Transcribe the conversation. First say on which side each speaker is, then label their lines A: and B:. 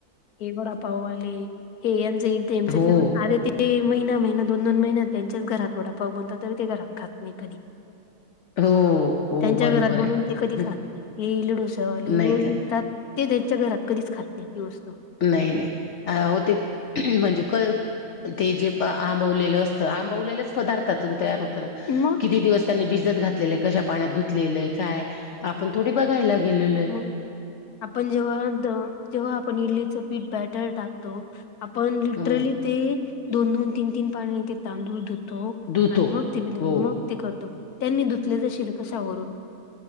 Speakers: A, on the left; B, on the left.
A: हे वडापाऊ आले हे यांच एकच
B: हो
A: जेवण आ ते ते महिना महिना दोन दोन महिन्या त्यांचेच घरातवडापाव बनत तरी ते घरात खास नाही कधी
B: हो हो
A: त्यांच्या
B: बरोबर
A: घरात
B: आहे
A: बनून ते कधी
B: हं,
A: खात नाही हे इले डोसेवाले
B: नाही
A: रोज
B: का
A: तर ते त्यांच्या घरात कधीच खात नाही ती वस्तू
B: नाही नाही अ हो ते म्हणजे क ते जे आंबवलेलं असतं आंबवलेलंच पदार्थातून तयार होतं ना
A: हना
B: किती दिवसनी बिजत घातली लेलंय कशा पाण्यात धुतलेलंय काय आपण थोडी बघायला गेलेलय
A: मग आपण जेव्हा जेव्हा आपण इल्लीचं पीठ बॅटर टाकतो आपण लिटरली
B: हम्म
A: ते दोन दोन तीन तीन पाण्या ते तांदूळ धुतो
B: धुतो
A: आणि मग ते मग
B: हो
A: करतो त्यांनी धुचले जाशील कसावरून